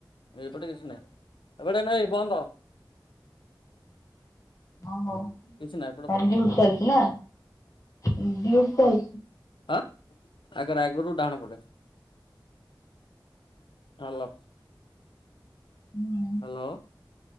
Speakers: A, on the left; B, on the left.
A: ଏ ପଟେ। ଏଟ ନାଇଁ ବନ୍ଦ
B: <inaudible> ହଁ ହଉ।
A: କିଛି ନାହିଁ ଏପଟେ
B: ତାର
A: ବନ୍ଦ
B: ଡ଼ିଉଟି ଚାଲଚି ନା ଡ଼ିଉଟି କରୁ।
A: ହାଁ ଆଗରେ ଆଗରୁ ଡାହାଣ ପଡେ ହୋଲ
B: ହୁଁହୁଁ
A: ହାଲୋ